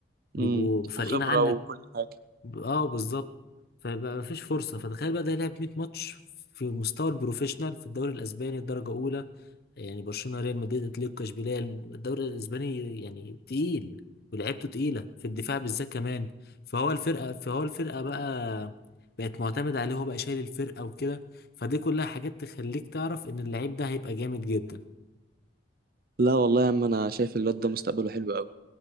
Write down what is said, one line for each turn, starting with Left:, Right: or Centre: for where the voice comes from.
Left: بيبقوا
Right: امم
Left: فارقين
Right: وخبرة
Left: عنك
Right: وكل حاجة
Left: اه بالظبط فبقى مفيش فرصه فتخيل بقى ده لعب 100 ماتش في مستوى البروفيشنال في الدوري الاسباني الدرجه اولى يعني برشلونه ريال مدريد اتلتيكو اشبيليه الدوري الاسباني يعني تقيل ولعبته تقيله في الدفاع بالذات كمان فهو الفرقه فهو الفرقه بقى بقت معتمد عليه هو بقى شايل الفرقه وكده فدي كلها حاجات تخليك تعرف ان اللعيب ده هيبقى جامد جدا
Right: لا والله يا عم انا شايف الواد ده مستقبله حلو قوي